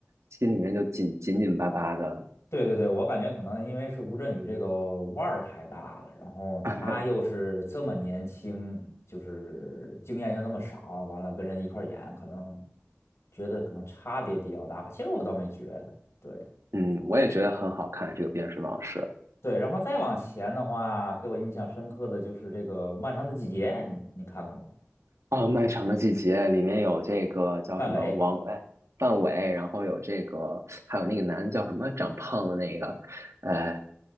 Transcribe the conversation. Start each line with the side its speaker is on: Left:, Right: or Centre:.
Right: 心里面就紧紧紧巴巴的。
Left: 对对对，我感觉可能因为是吴镇宇这个腕儿太大了，然后他又是这么年轻，
Right: <laughs>
Left: 就是经验又那么少，完了跟人一块儿演，可能觉得可能差别比较大吧。其实我倒没觉得，对。
Right: 嗯，我也觉得很好看这个《边睡往事》。
Left: 对，然后再往前的话，给我印象深刻的就是这个《漫长的季节》，你你看过吗？
Right: 啊，漫长的季节里面有这个叫什么王，
Left: 范伟，
Right: 哎，范伟，然后有这个，还有那个男的叫什么，长胖的那个，呃，